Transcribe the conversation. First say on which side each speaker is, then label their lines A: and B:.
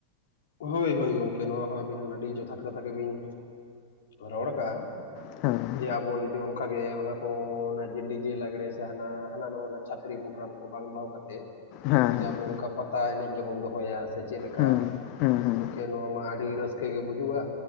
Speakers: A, on the left (about 60°); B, on the left (about 45°).
A: ᱦᱳᱭ ᱦᱳᱭ ᱜᱳᱝᱠᱮ ᱱᱚᱣᱟ ᱦᱚᱸ ᱟᱹᱵᱤᱱ ᱟᱹᱰᱤ ᱡᱚᱛᱷᱟᱛ ᱠᱟᱛᱷᱟ ᱜᱮᱵᱤᱱ ᱨᱚᱲ ᱟᱠᱜᱼᱟ
B: <unintelligible> <unintelligible>
A: ᱡᱮ ᱟᱵᱚ ᱡᱩᱫᱤ ᱚᱱᱠᱟᱜᱮ ᱚᱱᱟ ᱠᱚ ᱚᱱᱟ ᱡᱮ ᱰᱤᱡᱮ ᱞᱟᱜᱽᱲᱮ ᱥᱮ ᱦᱟᱱᱟ ᱦᱟᱱᱟ ᱱᱚᱣᱟ ᱪᱷᱟᱯᱲᱤ ᱯᱨᱳᱜᱽᱨᱟᱢ ᱠᱚ ᱵᱟᱝ ᱫᱚᱦᱚ ᱠᱟᱛᱮᱫ
B: ᱦᱮᱸ
A: ᱡᱩᱫᱤ
B: ᱦᱮᱸ
A: ᱟᱵᱚ ᱚᱱᱠᱟ ᱯᱟᱛᱟ ᱮᱱᱮᱡ ᱜᱮᱵᱚᱱ ᱫᱚᱦᱚᱭᱟ ᱥᱮ ᱪᱮᱜ ᱞᱮᱠᱟ
B: ᱦᱩᱸ ᱦᱩᱸ ᱦᱩᱸ
A: ᱠᱮ ᱱᱚᱣᱟ ᱢᱟ ᱟᱹᱰᱤ ᱨᱟᱹᱥᱠᱟᱹ ᱜᱮ ᱵᱩᱡᱩᱜᱼᱟ